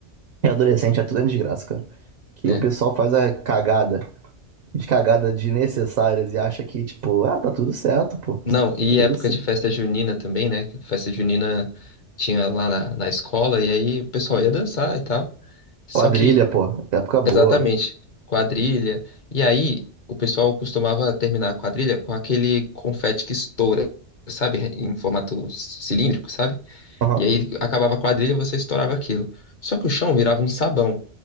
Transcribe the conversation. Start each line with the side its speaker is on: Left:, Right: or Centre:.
Right: e adolescente é tudo uma desgraça, cara. Que
Left: né?
Right: o pessoal faz a cagada de cagada desnecessárias e acha que, tipo, ah, tá tudo certo, pô. Tá
Left: Não, e
Right: tudo
Left: época
Right: certo.
Left: de festa junina também, né? Que Festa junina tinha lá na, na escola, e aí o pessoal ia dançar e tal. Só
Right: Quadrilha,
Left: que,
Right: pô. Época boa.
Left: exatamente, quadrilha. E aí o pessoal costumava terminar a quadrilha com aquele confete que estoura, sabe? Em formato cilíndrico, sabe?
Right: Aham.
Left: E aí acabava a quadrilha, você estourava aquilo. Só que o chão virava um sabão.